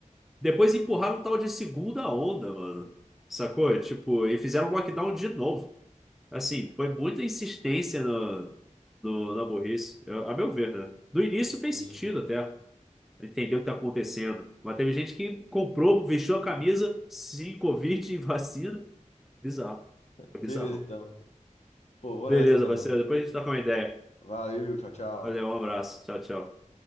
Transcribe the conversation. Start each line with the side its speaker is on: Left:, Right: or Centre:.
Centre: Depois empurraram um tal de segunda onda, mano. Sacou? Tipo, e fizeram lockdown de novo. Assim,
Left: É,
Centre: foi muita insistência no, no, na burrice, eu- a meu ver, né? No início
Left: não,
Centre: fez
Left: coisa
Centre: sentido
Left: de louco.
Centre: até entender o que tá acontecendo. Mas teve
Left: Uhum.
Centre: gente que comprou, vestiu a camisa, se Covid e vacina. Bizarro. É
Left: Beleza,
Centre: bizarro.
Left: então. Pô, vou
Centre: Beleza,
Left: nessa então,
Centre: parceiro.
Left: mano.
Centre: Depois a gente tá com uma ideia.
Left: Valeu, tchau, tchau.
Centre: Valeu, um abraço. Tchau, tchau.